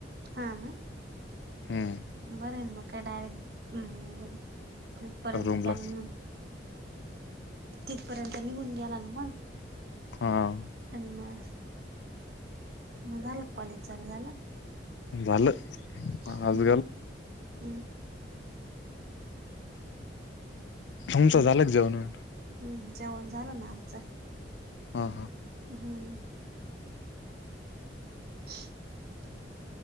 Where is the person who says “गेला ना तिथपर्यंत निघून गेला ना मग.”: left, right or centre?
Right